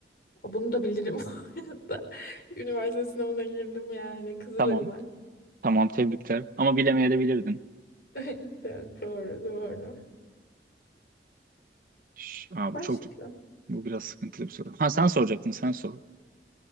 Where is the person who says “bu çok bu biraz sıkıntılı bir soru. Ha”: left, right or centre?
Right